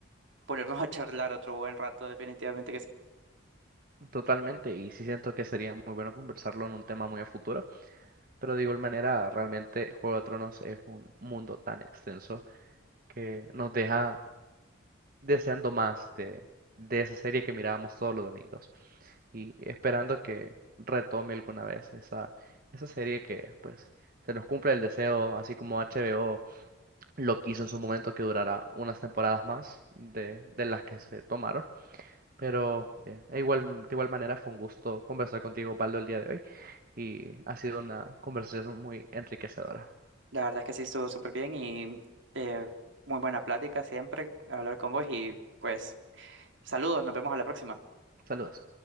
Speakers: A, on the right; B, on the right.
A: ponernos <laughs> a charlar otro buen rato, definitivamente que sí.
B: Totalmente, y sí siento que sería muy bueno conversarlo en un tema muy a futuro, pero de igual manera, realmente Juego de Tronos es un mundo tan extenso que nos deja deseando más de, de esa serie que mirábamos todos los domingos y esperando que retome alguna vez esa, esa serie que pues se nos cumpla el deseo, así como HBO lo quiso en su momento que durará unas temporadas más de, de las que se tomaron. Pero eh, e igual, de igual manera fue un gusto conversar contigo, Baldo, el día de hoy y ha sido una conversación muy enriquecedora.
A: La verdad es que sí estuvo súper bien y eh, muy buena plática siempre hablar con vos. Y pues saludos, nos vemos a la próxima.
B: Saludos.